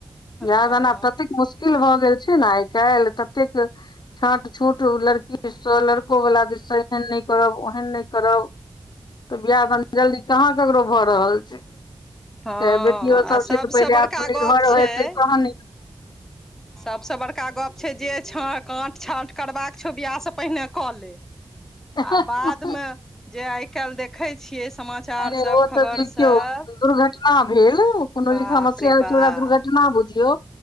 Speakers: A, in the centre; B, on the left (about 50°).
A: हँ
B: बियाह दान आब ततैक मूस मुश्किल भए गेल छै ने आइ काल्हि ततेक छाट छूट लड़की दिस सँ लडको दिस उवला दिससँ एहन नहि करब ओहन नहि करब तऽ बियाह तनी जल्दी कहाँ ककरो भऽ रहल छै
A: हँ
B: तऽ बेटियो सब
A: आ
B: छै
A: सभसँ
B: तऽ पहिले
A: बड़का
B: आत्मनिर्भर
A: गप छै
B: हेतै तहन
A: सभसँ बड़का गप छै जे छाँ काँट छाँट करबाका छौ बियाहसँ पहिने कऽ ले
B: हँ
A: आ बादमे जे आइ काल्हि देखै छियै समा चार
B: अरे
A: सब
B: ओ
A: खबर
B: तऽ देखियौ
A: सब
B: दुर्घटना भेल कोनो
A: बाप
B: जे समस्या
A: रे
B: होइ
A: बाप
B: छै ओकरा दुर्घटना बुझियौ